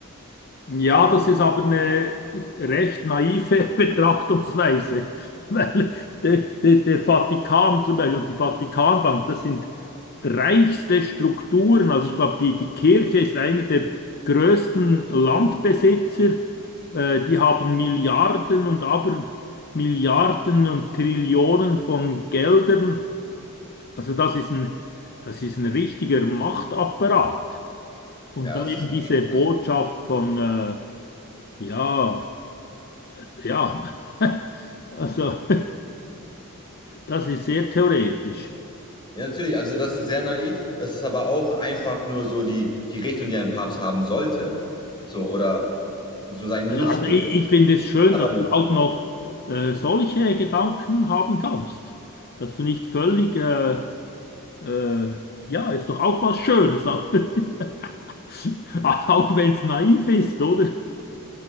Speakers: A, on the left; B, on the left.
A: Ja, das ist aber eine recht naive <laughs> Betrachtungsweise, weil der, der, der Vatikan zum Beispiel und die Vatikanbank, das sind reichste Strukturen. Also ich glaube, die, die Kirche ist einer der größten Landbesitzer. Äh, die haben Milliarden und aber Milliarden und Trillionen von Geldern. Also das ist ein, das ist ein richtiger Machtapparat. Und
B: Ja,
A: dann
B: das
A: eben
B: ist ein
A: diese
B: Gegenkonstrukt.
A: Botschaft von... Äh, ja, ja. <laughs> Also, äh, das ist sehr theoretisch.
B: Ja, natürlich, also das ist sehr naiv. Das ist aber auch einfach nur so die, die Richtung, die ein Papst haben sollte. So, oder so sein
A: Also,
B: müsste.
A: also ich, ich finde es schön,
B: Aber
A: dass
B: nicht.
A: du auch noch äh, solche Gedanken haben kannst. Dass du nicht völlig, äh, äh, ja, ist doch auch was Schönes, auch, <laughs> auch wenn es naiv ist, oder?